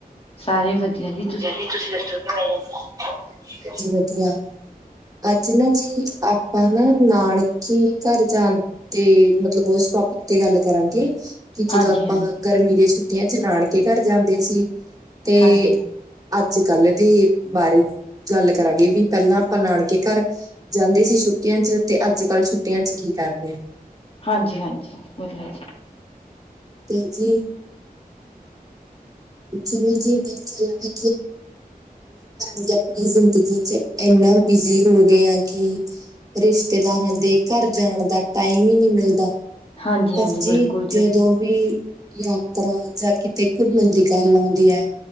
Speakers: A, on the left (about 40°); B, on the right (about 25°).
A: ਸਾਰੇ ਵਧੀਆ ਜੀ।
B: ਵਧੀਆ ਜੀ, ਤੁਸੀਂ ਦੱਸੋ ਕਿਵੇਂ ਨੇ ਇਧਰ ਵਧੀਆ ਜੀ ਵਧੀਆ। ਅੱਜ ਨਾ ਜੀ ਆਪਾਂ ਨਾ ਨਾਨਕੇ। ਕੀ ਘਰ ਜਾਣ ਤੇ ਮਤਲਬ ਉਸ ਟੋਪਿਕ ਤੇ ਗੱਲ ਕਰਾਂਗੇ, ਕਿ
A: ਹਾਂਜੀ
B: ਜਦੋਂ ਆਪਾਂ।
A: ਹਾਂਜੀ
B: ਗਰਮੀ ਦੀਆਂ ਛੁੱਟੀਆਂ ਚ ਨਾਨਕੇ ਘਰ ਜਾਂਦੇ ਸੀ ਤੇ।
A: ਹਾਂਜੀ
B: ਅੱਜ ਕੱਲ੍ਹ ਦੇ ਬਾਰੇ ਗੱਲ ਕਰਾਂਗੇ ਵੀ ਪਹਿਲਾਂ ਆਪਾਂ ਨਾਨਕੇ ਘਰ। ਜਾਂਦੇ ਸੀ, ਛੁੱਟੀਆਂ ਚ ਤੇ ਅੱਜ ਕੱਲ ਛੁੱਟੀਆਂ ਚ ਕੀ ਕਰਦੇ ਆ।
A: ਹਾਂਜੀ-ਹਾਂਜੀ, ਔ ਤਾ ਹੈ।
B: ਤੇ ਜੀ। <unintelligible> ਰੋਜ਼ਮਾਰਾ ਦੀ ਆਪਣੀ ਜ਼ਿੰਦਗੀ ਚ ਇਨਾ ਬਿਜੀ ਹੋ ਗਏ ਆ ਕਿ। ਰਿਸ਼ਤੇਦਾਰਾਂ ਦੇ ਘਰ ਜਾਣ ਦਾ ਟਾਈਮ ਹੀ ਨਹੀਂ ਮਿਲਦਾ।
A: ਹਾਂਜੀ
B: ਪਰ
A: ਹਾਂਜੀ
B: ਜੀ
A: ਬਿਲਕੁਲ
B: ਜਦੋਂ ਵੀ। ਯਾਤਰਾ ਜਾਂ ਕਿਤੇ ਘੁੰਮਣ ਦੀ ਗੱਲ ਆਉਂਦੀ ਹੈ।